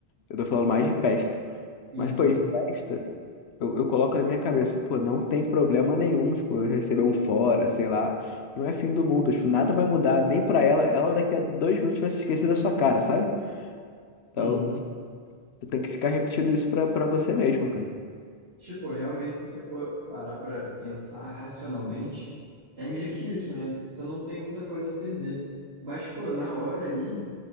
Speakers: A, on the left (about 85°); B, on the right (about 80°).
A: Eu tô falando mais de festa.
B: Uhum.
A: Mas, pô, em festa, eu, eu coloco na minha cabeça, pô, não tem problema nenhum, tipo, eu receber um fora, sei lá. Não é fim do mundo, tipo, nada vai mudar, nem pra ela. Ela daqui a dois minutos vai se esquecer da sua cara, sabe? Então,
B: Uhum.
A: tu tem que ficar repetindo isso pra, pra você mesmo, cara.
B: Tipo, realmente, se você for parar pra pensar racionalmente, é meio que isso, né? Você não tem muita coisa a perder. Mas, pô, na hora ali,